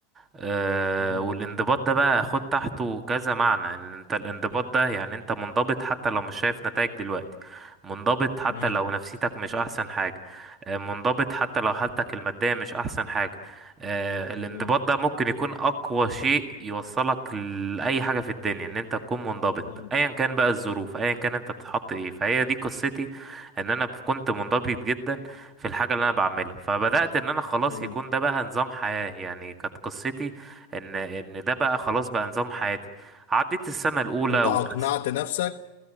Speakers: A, on the right (about 20°); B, on the left (about 75°).
A: آه
B: مم.
A: والانضباط ده بقى خد تحته كذا معنى إن انت الانضباط ده يعني انت منضبط حتى لو مش شايف نتائج دلوقتي منضبط حتى
B: مم.
A: لو نفسيتك مش أحسن حاجة آه منضبط حتى لو حالتك المادية مش أحسن حاجة آه الانضباط
B: مم.
A: ده ممكن يكون أقوى شيء يوصلك لأي حاجة في الدنيا إن انت تكون منضبط
B: مم.
A: أيا كان بقى الظروف أيا كان انت بتتحط ايه فهي دي قصتي إن أنا كنت منضبط جدا في الحاجة اللي انا بعملها فبدأت ان انا خلاص
B: مم.
A: يكون ده بقى نظام حياة يعني كانت قصتي ان ان ده بقى خلاص بقى نظام حياتي عديت السنة الاولى
B: انت
A: وكانت
B: اقنعت نفسك